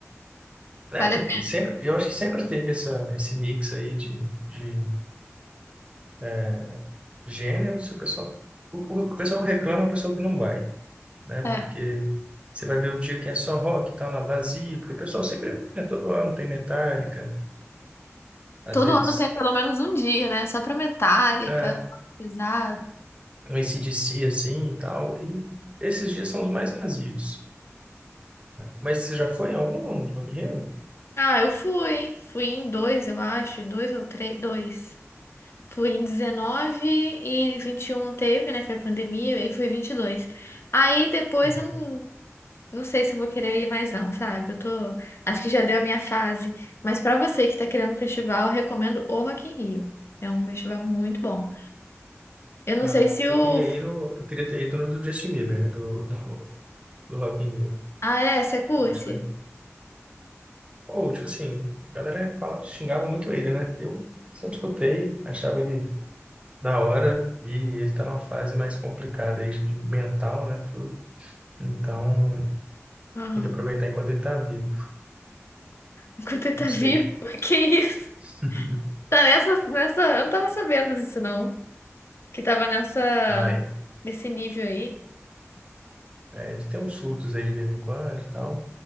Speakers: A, on the right (about 25°); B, on the left (about 55°).
A: É,
B: Vale a
A: sempre, eu acho que sempre teve essa, esse mix aí de, de é, gêneros, e o pessoal, o, o pessoal que reclama, é o pessoal que não vai, né?
B: pena.
A: Porque você vai ver o dia que é só rock, tá lá vazio, porque o pessoal sempre, né, todo ano tem Metallica, às
B: Todo
A: vezes.
B: ano tem pelo menos um dia, né? Só pra Metallica,
A: É.
B: pesado.
A: no AC/DC, assim, e tal. E esses dias são os mais vazios. Mas você já foi em algum do Rock in Rio?
B: Ah, eu fui. Fui em dois, eu acho. Dois ou três. Dois. Fui em 19 e 21 teve, né? Foi pandemia. E fui 22. Aí depois
A: Uhum.
B: eu não, não sei se eu vou querer ir mais não, sabe? Eu tô... Acho que já deu a minha fase. Mas pra você que tá querendo um festival, eu recomendo o Rock in Rio. É um festival muito bom. Eu não
A: Ah,
B: sei se o...
A: eu queria ir no, eu queria ter ido no do Justin Bieber, né, do, do, do Rock in Rio.
B: Ah, é? Você curte?
A: Eu acho que vai... Ou, tipo assim, a galera fala, xingava muito ele, né? Eu sempre escutei, achava ele da hora e ele tá numa fase mais complicada aí, de mental, né, tudo. Então,
B: Aham.
A: tem que aproveitar enquanto ele tá vivo.
B: Enquanto ele tá
A: Não sei.
B: vivo? <laughs> Que isso?
A: <laughs>
B: Tá nessa, nessa. Eu não tava sabendo disso, não. Que tava nessa.
A: Ah, é,
B: Nesse nível aí.
A: É, ele tem uns surtos aí de vez em quando e tal.